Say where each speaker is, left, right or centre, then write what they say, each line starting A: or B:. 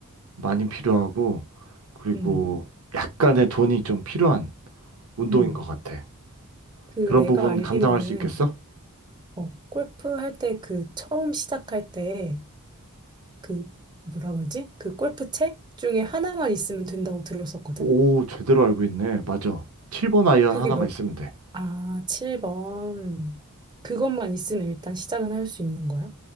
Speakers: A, on the right; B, on the right.
A: 많이 필요하고, 그리고
B: 응,
A: 약간의 돈이 좀 필요한 운동인
B: 응.
A: 것 같아.
B: 그
A: 그런
B: 내가
A: 부분
B: 알기로는
A: 감당할 수 있겠어?
B: 어, 골프 할 때 그 처음 시작할 때 그 뭐라 그러지? 그 골프채 중에 하나만 있으면 된다고 들었었거든?
A: 오, 제대로 알고 있네. 맞아. 7번 아이언
B: 그게
A: 하나만
B: 몇,
A: 있으면 돼.
B: 아, 7번. 그것만 있으면 일단 시작은 할 수 있는 거야?